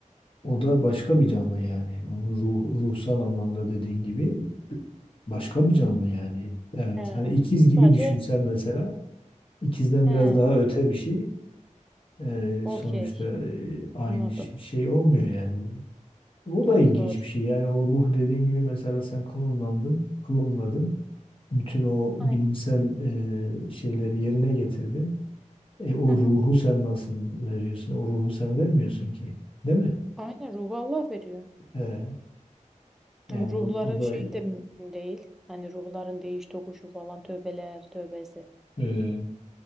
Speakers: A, on the left; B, in the centre.
A: O da başka bir canlı yani. Onun ruh, ruhsal anlamda dediğin gibi başka bir canlı yani. Evet.
B: He.
A: Hani ikiz gibi
B: Sadece
A: düşünsen mesela ikizden
B: he.
A: biraz daha öte bir şey. Ee,
B: Okey.
A: sonuçta e, aynı
B: Anladım.
A: ş- şey olmuyor yani. O
B: Doğru
A: da ilginç
B: doğru.
A: bir şey. Yani o ruh dediğin gibi mesela sen klonlandın, klonladın. Bütün o bilimsel
B: Aynen.
A: e, şeyleri yerine getirdin. E, o
B: Hı hı.
A: ruhu sen nasıl veriyorsun? O ruhu sen vermiyorsun ki. Değil mi?
B: Aynen ruhu Allah veriyor.
A: E, yani
B: Hem Ruhların
A: o, o da
B: şeyi de mümkün değil. Hani ruhların değiş tokuşu falan tövbeler tövbesi.
A: e,